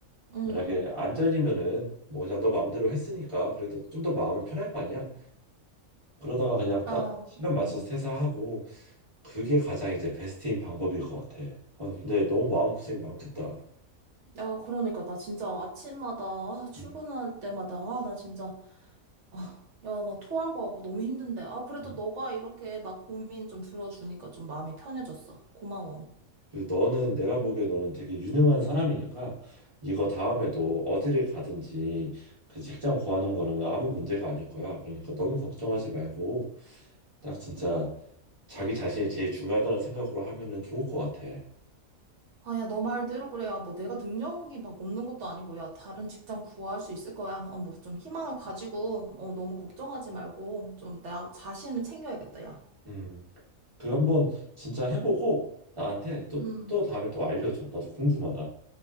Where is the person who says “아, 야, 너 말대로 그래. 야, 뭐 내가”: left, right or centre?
Right